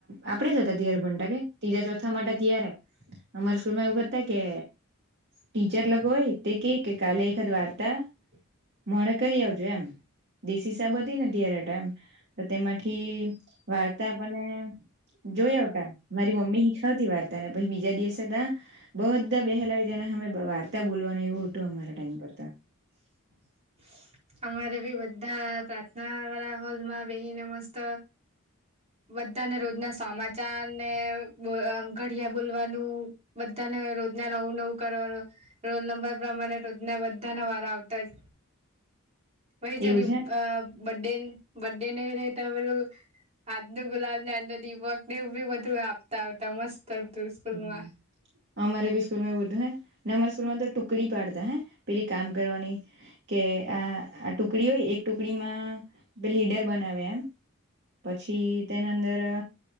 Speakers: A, on the right; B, on the right.
A: આપડે જ્યારે ત્રીજા કે ત્રીજા ચોથા માટે ત્યારે અમારી સ્કૂલ માં એવું કતા કે ટીચર અલગ હોય તે કે કે કાલે એકાદ વાર્તા મોડા કરી આવજો એમ. દેશી હિસાબ હતી ને ત્યારે ટાઈમ તો તેમાંથી વાર્તા આપડને જોઈ આવતા મારી મમ્મી હિખવતી વાર્તા ને પછી બીજા દિવસે તા બહ બધા બેહેલાવી દેના મને વાર્તા બોલવાનું એવું હતું અમારા ટાઈમ પર તો.
B: <inaudible> અમારે બી બધા પ્રાર્થના વાળા હોલમાં બેહીને મસ્ત બધાને રોજના સમાચાર ને ઘડિયા બોલવાનું બધા રોજના નવું નવું કરવાનું રોલ નંબર પ્રમાણે રોજ ના બધા ના વારા આવતા જ. પાહિ જેની
A: એવું છે
B: અ બડે બડે ને તે ઓલ આજનુ ગુલાબ ને આજનો દીપક ને એવું બી બધું આપતા હતા મસ્ત હતું સ્કૂલમાં
A: હમમ અમારે બી સ્કૂલ માં એવું હતું ને અમારે સ્કૂલમાં તો ટુ ટુકડી પાડતા હે પેલી કામ કરવાની કે અ આ ટુકડી હોય એક ટુકડીમાં લીડર બનાવે એમ પછી તેના અંદર અ